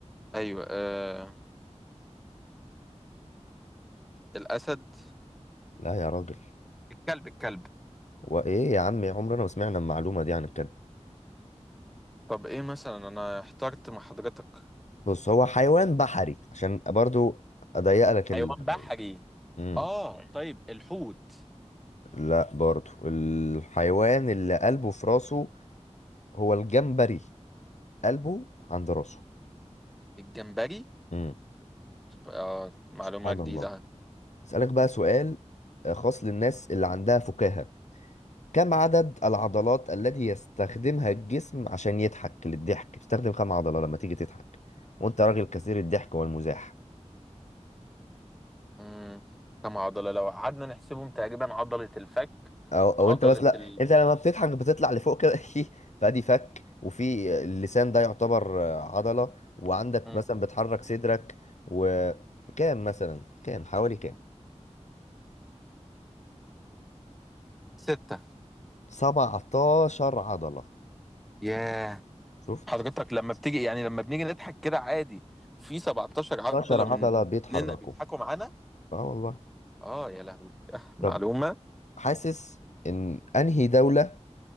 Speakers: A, in the centre; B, on the left.
A: أيوة آه... الأسد
B: لا يا راجل
A: الكلب الكلب
B: وإيه يا عم عمرنا ما سمعنا المعلومة دي عن الكلب
A: طب إيه مثلا أنا احترت مع حضرتك
B: بص هو حيوان بحري عشان برضو أضيق لك
A: حيوان
B: المعلومة
A: بحري
B: مم.
A: اه طيب الحوت
B: لا برضو الحيوان اللي قلبه في راسه هو الجمبري قلبه عند راسه
A: الجمبري
B: امم
A: شوف آه معلومة
B: سبحان
A: جديدة
B: الله اسألك بقى سؤال آه، خاص للناس اللي عندها فكاهة كم عدد العضلات التي يستخدمها الجسم عشان يضحك للضحك بتستخدم كم عضلة لما تيجي تضحك وانت راجل كثير الضحك والمزاح
A: امم كم عضلة لو قعدنا نحسبهم تقريبا عضلة الفك
B: او او
A: عضلة
B: انت بس لا
A: ال
B: انت لما بتضحك بتطلع لفوق كده <laughs> فادي فك وفي اللسان ده يعتبر آه، عضلة وعندك
A: مم.
B: مثلا بتحرك صدرك وكام مثلا كام حوالي كام
A: ستة
B: 17 عضلة
A: ياه
B: شفت
A: حضرتك لما بتيجي يعني لما بنيجي نضحك كده عادي في 17 عضلة
B: 17
A: من-
B: عضلة بيتحركوا
A: مننا بيضحكوا معانا
B: اه والله
A: اه يا لهوي <laughs> آه، معلومة
B: طب حاسس ان انهي دولة